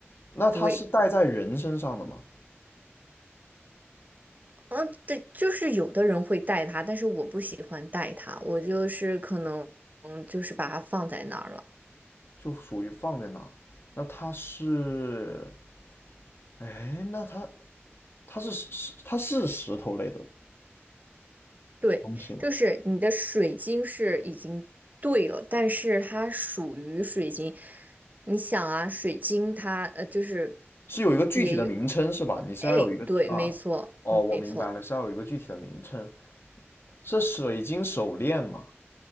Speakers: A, on the left; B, on the right.
A: 那它是戴在人身上的吗？
B: 对，嗯，对，就是有的人会带它，但是我不喜欢带它，我就是可能嗯，就是把它放在那儿了。
A: 就属于放在那，那它是哎，那它它是石它是石头类的
B: 对，
A: 东西吗？
B: 就是你的水晶是已经对了，但是它属于水晶。你想啊，水晶它呃就是
A: 是有一个具体的名称是吧？
B: 也有，
A: 你是要有一个啊，
B: 哎，对，没错，
A: 哦，
B: 嗯没错。
A: 我明白了，是要有一个具体的名称。是水晶手链吗？